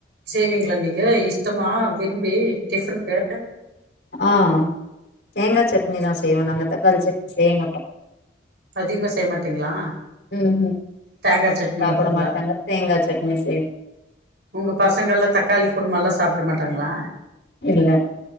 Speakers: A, on the right; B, on the left.
A: செய்விங்ளா நீங்க இஷ்டமா விரும்பி டிஃபனுக்கு
B: ஆ தேங்காய் சட்னிதா செய்வோ நாங்க தக்காளி சட்னி செய்ய மாட்டோ
A: அதிகமா செய்ய மாட்டிங்ளா
B: ம் ம்
A: தேங்கா சட்னி
B: சாப்ட
A: மாத்திரந்தா
B: மாட்டாங்க தேங்கா சட்னி செய்வோ
A: உங்க பசங்கள்லா தக்காளி குருமா எல்லா சாப் பிட மாட்டாங்ளா
B: இல்ல